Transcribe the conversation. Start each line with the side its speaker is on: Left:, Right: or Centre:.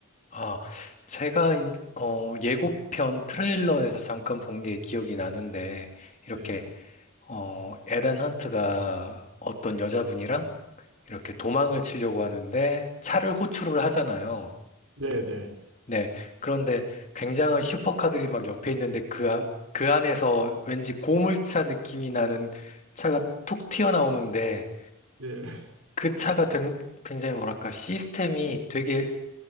Left: 아, 제가, 이- 어, 예고편 트레일러에서 잠깐 본 게 기억이 나는데, 이렇게,
Right: 네,
Left: 어, 에단 헌트가 어떤 여자분이랑 이렇게 도망을 치려고 하는데 차를 호출을 하잖아요.
Right: 네, 네.
Left: 네. 그런데 굉장한 슈퍼카들이 막 옆에 있는데 그, 아- 그 안에서 왠지 고물차 느낌이 나는 차가 툭 튀어나오는데
Right: 예, <laughs>
Left: 그 차가 된- 굉장히 뭐랄까 시스템이 되게